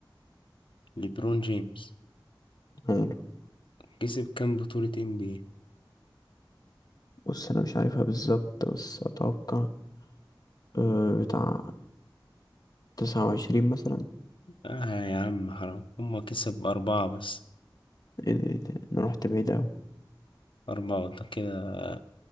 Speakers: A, on the left; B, on the left.
A: ليبرون جيمس
B: حلو
A: كسب كام بطولة NBA
B: بص انا مش عارفها بالظبط بس اتوقع آه، بتاع تسعة وعشرين مثلا
A: آه يا عم حرام هما كسب أربعة بس
B: ايه ده ايه ده انا رحت بعيد اوي
A: أربعة وأنت كده